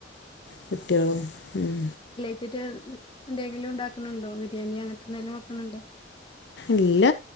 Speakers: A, on the left (about 65°); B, on the left (about 30°).
A: കുട്ട്യാളും ഉം
B: ഇറ്റ് എന്തേങ്കിലും ഇണ്ടാക്ക്ണ്‌ണ്ടോ ബിര്യണിയോ അങ്ങൻത്തെ എന്തെലും വെക്ക്ണ് ണ്ടോ
A: ഇല്ല